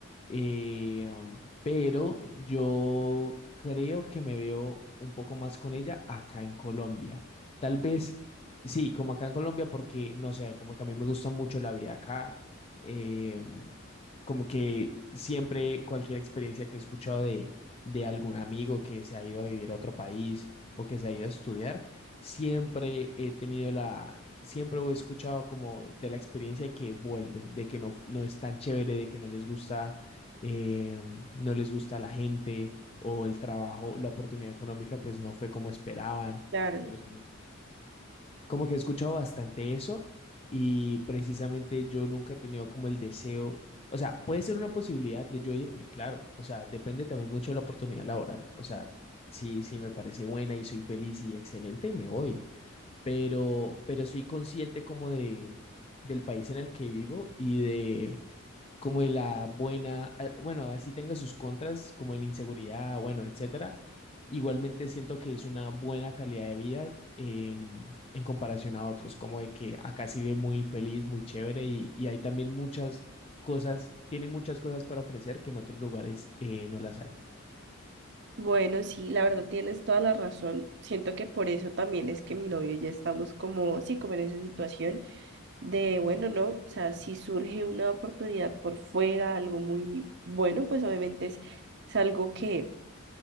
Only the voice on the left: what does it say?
Eh, am, pero yo creo que me veo un poco más con ella acá en Colombia. Tal vez, sí, como acá en Colombia, porque no sé, como que a mí me gusta mucho la vida acá. eh, como que siempre cualquier experiencia que he escuchado de, de algún amigo que se ha ido a vivir a otro país o que se ha ido a estudiar, siempre he tenido la, siempre he escuchado como de la experiencia que vuelven, de que no, no es tan chévere, de que no les gusta eh, no les gusta la gente o el trabajo, la oportunidad económica pues no fue como esperaban.
Eh, como que he escuchado bastante eso y precisamente yo nunca he tenido como el deseo, o sea, puede ser una posibilidad de yo irme, claro, o sea, depende también mucho de la oportunidad laboral, o sea, si, si me parece buena y soy feliz y excelente, me voy, pero, pero soy consciente como de, del país en el que vivo y de como de la buena, eh, bueno, así tenga sus contras, como en inseguridad, bueno, etcétera. Igualmente siento que es una buena calidad de vida en, en comparación a otros, como de que acá se vive muy feliz, muy chévere y, y hay también muchas cosas, tiene muchas cosas para ofrecer que en otros lugares eh, no las hay.